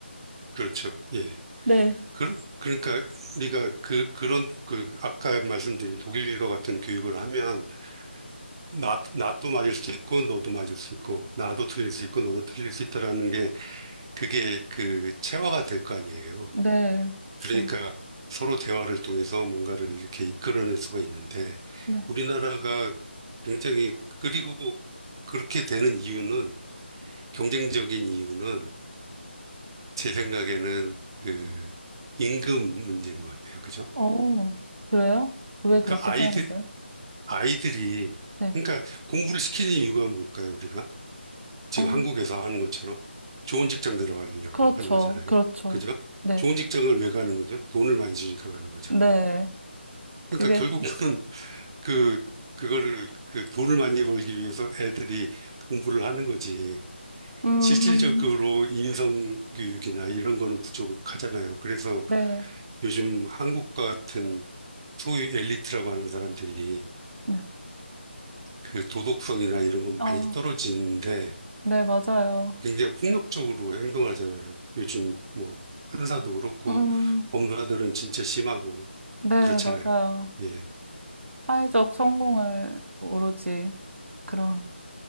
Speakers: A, on the right; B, on the right.
A: 그렇죠. 예.
B: 네,
A: 그, 그러니까 우리가 그, 그런, 그, 아까 말씀드린 독일과 같은 교육을 하면 나, 나도 맞을 수 있고, 너도 맞을 수 있고, 나도 틀릴 수 있고, 너도 틀릴 수 있다라는 게, 그게 그 체화가 될 거 아니에요.
B: 네, 그렇죠.
A: 그러니까 서로 대화를 통해서 뭔가를 이렇게 이끌어낼 수가 있는데,
B: 네.
A: 우리나라가 굉장히, 그리고 그렇게 되는 이유는, 경쟁적인 이유는, 제 생각에는 그 임금 문제인 것 같아요. 그죠?
B: 어, 그래요? 왜 그렇게
A: 그러니까 아이들,
B: 생각하세요?
A: 아이들이,
B: 네.
A: 그러니까 공부를 시키는 이유가 뭘까요, 우리가? 지금
B: 어,
A: 한국에서 하는 것처럼 좋은 직장 들어가려고
B: 그렇죠.
A: 하는 거잖아요.
B: 그렇죠.
A: 그죠?
B: 네.
A: 좋은 직장을 왜 가는 거죠? 돈을 많이 주니까 가는 거잖아요.
B: 네. 그게
A: 그러니까 결국은 <laughs> 그, 그거를, 그 돈을 많이 벌기 위해서 애들이 공부를 하는 거지.
B: 음,
A: 실질적으로 인성교육이나 이런 거는 부족하잖아요. 그래서
B: 네.
A: 요즘 한국 같은 소위 엘리트라고 하는 사람들이
B: 네.
A: 그 도덕성이나 이런 건
B: 어,
A: 많이 떨어지는데
B: 네, 맞아요.
A: 굉장히 폭력적으로 행동하잖아요. 요즘 뭐 판사도 그렇고
B: 음,
A: 법무사들은 진짜 심하고
B: 네,
A: 그렇잖아요.
B: 맞아요.
A: 예.
B: 사회적 성공을 오로지 그런